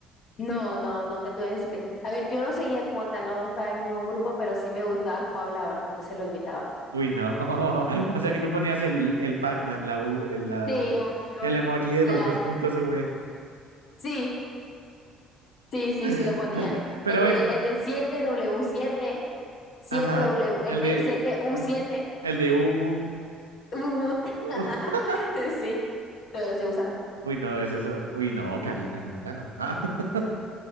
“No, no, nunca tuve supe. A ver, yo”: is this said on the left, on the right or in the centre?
Left